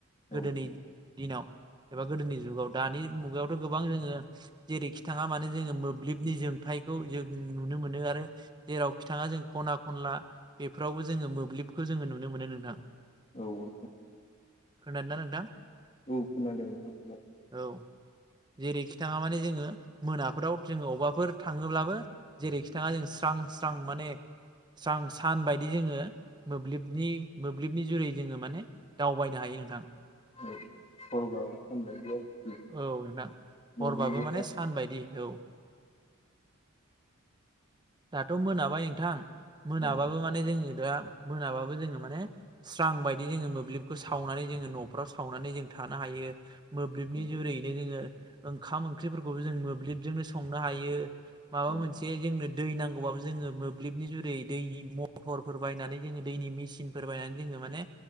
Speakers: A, on the left; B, on the right.
A: औ
B: गोदोनि दिनाव एबा गोदोनि जुगाव दानि मुगायावथ' गोबां जोङो जेरैखि थाङा मानो जोङो मोब्लिबनि जोंथायखौ जों नुनो मोनो आरो आरो जेरावखि थाङा जों खना खनला बेफोरावबो जोङो मोब्लिबखौ जोङो नुनो मोनो नोंथां
A: औ औ ओ
B: खोनादोंना नोंथां?
A: औ खोनादों नोंथां खोनादों
B: औ जेरैखि थाङा माने जोङो मोनाफोराव जोङो अबेबाफोर थाङोब्लाबो जेरैखि थाङा जों स्रां स्रां माने स्रां सान बायदि जोङो मोब्लिबनि मोब्लिबनि जुरै जोङो माने दावबायनो हायो नोंथां
A: औ हरबाबो सानबायदि आरोखि
B: औ नोंथां
A: मोब्लिबनि
B: हरबाबो माने
A: दारै
B: सान बायदि औ दाथ' मोनाबाय नोंथां। मोनाबाबो
A: औ
B: माने जोङो दा मोनाबाबो जोङो माने स्रां बायदि जोङो मोब्लिबखौ सावनानै जोङो न'फ्राव सावनानै जों थानो हायो। मोब्लिबनि
A: औ
B: जुरैनो जोङो ओंखाम ओंख्रिफोरखौबो जों मोब्लिबजोंनो संनो हायो। माबा
A: औ
B: मोनसे जोंनो दै नांगौबाबो जोङो मोब्लिबनि जुरै दै मथरफोर बायनानै जोङो दैनि मिसिनफोर बायनानै जोङो माने